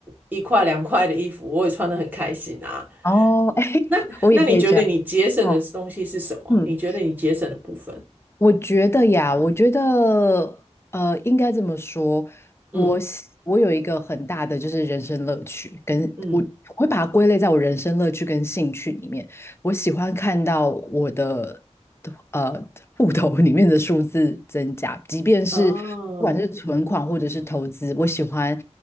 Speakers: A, on the right (about 15°); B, on the left (about 20°).
A: 一块两块的衣服，我也穿得很开心啊。
B: 哦，<laughs> 哎，
A: 那那你觉得你节省的东西是什么？
B: 我也会这样，哦，嗯。
A: 你觉得你节省的部分？
B: 我觉得呀，我觉得呃，应该这么说，
A: 嗯
B: 我喜我有一个很大的就是人生乐趣，跟我我会把它归类在我人生乐趣跟兴趣里面。
A: 嗯
B: 我喜欢看到我的呃户头里面的数字增加，即便是不管是存款或者是投资，
A: 哦
B: 我喜欢